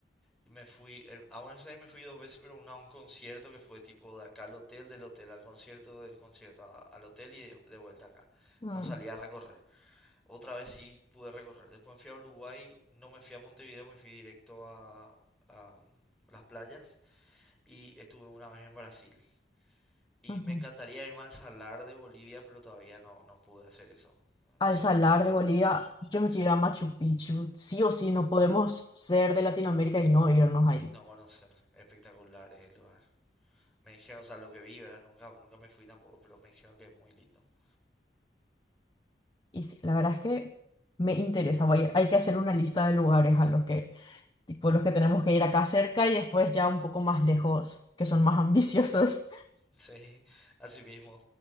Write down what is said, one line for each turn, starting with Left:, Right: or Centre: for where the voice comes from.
Centre: Me fui, eh, a Buenos Aires me fui dos veces, pero una a un concierto que fue tipo de acá al hotel, del hotel al concierto, del concierto a- al hotel y de, de vuelta acá.
Left: Mm,
Centre: No salí a recorrer. Otra vez sí pude recorrer. Después me fui a Uruguay, no me fui a Montevideo, me fui directo a, a mm, las playas y estuve una vez en Brasil. Y
Left: ujú.
Centre: me encantaría irme al Salar de Bolivia, pero todavía no, no pude hacer eso.
Left: Al
Centre: Eso
Left: salar
Centre: me faltaría.
Left: de Bolivia, yo me
Centre: Sí.
Left: quiero ir a Machu Picchu. Sí o sí, no
Centre: Oh,
Left: podemos ser de Latinoamérica y no irnos ahí.
Centre: Eh, no conocer. Espectacular es el lugar. Me dijeron, o sea, lo que vi, ¿verdad? Nunca, nunca me fui tampoco, pero me dijeron que es muy lindo. <laughs>
Left: Y sí, la verdad es que me interesa. voy- hay que hacer una lista de lugares a los que, tipo, los que tenemos que ir acá cerca y después ya un poco más lejos, que son más ambiciosos. <laughs>
Centre: Sí, así mismo.